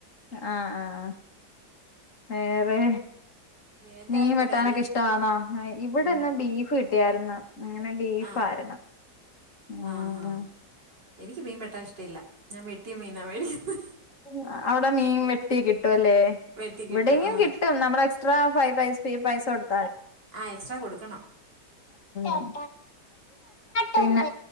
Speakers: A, on the left; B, on the right.
A: ആ ആ വേറെ
B: എന്തായിരുന്നു
A: മീൻ വെട്ടാനൊക്കെ
B: കറി
A: ഇഷ്ടവാന്നോ ഇവിടെ
B: മീൻ
A: ഇന്ന് ബീഫ് കി കിട്ടിയാരുന്ന് അങ്ങനെ ബീഫ്
B: ആ
A: ആരുന്ന് ഉം
B: ആ ഹാ എനിക്ക് മീൻവെട്ടാൻ ഇഷ്ടില്ല ഞാൻ വെട്ടിയ മീനാ വേടിക്കുന്നെ
A: ഏഹ് അവിടെ മീൻ വെട്ടിയ കി ട്ടുവല്ലേ
B: വെട്ടി
A: ഇവിടെയും
B: കിട്ടും ആ
A: കിട്ടും നമ്മള് എക്സ്ട്രാ പൈ പൈസ് ഫീ പൈസ് <unintelligible> ഉം
B: ആ എക്സ്ട്രാ കൊടുക്കണം
A: ഉം പിന്നെ